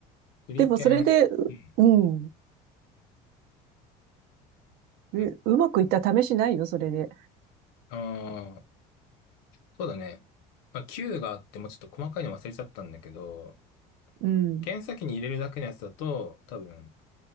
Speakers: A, on the left (about 85°); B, on the right (about 70°).
A: う。手裏剣。
B: でもそれで、
A: うん。
B: うんう、
A: うん。
B: うまくいった試しないよ、それで。
A: ああ、そうだね。まあ、球があってもちょっと細かいの忘れちゃったんだけど、
B: うん。
A: 剣先に入れるだけのやつだと、多分、